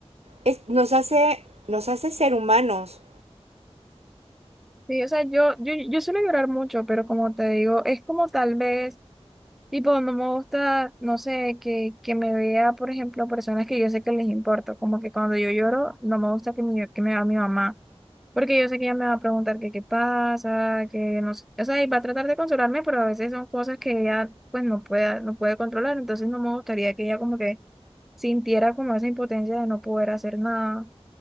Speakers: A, on the right (about 70°); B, in the centre.
A: es, nos, hace, nos hace ser humanos.
B: Sí, o sea, yo, yo, yo suelo llorar mucho, pero como te digo, es como tal vez... Tipo, no me gusta, no sé, que, que me vea, por ejemplo, personas que yo sé que les importo. Como que cuando yo lloro, no me gusta que me, que me vea mi mamá. Porque yo sé que ella me va a preguntar que qué pasa, que no sé. O sea, y va a tratar de consolarme, pero a veces son cosas que ella, pues, no pueda, no puede controlar. Entonces, no me gustaría que ella, como que sintiera como esa impotencia de no poder hacer nada.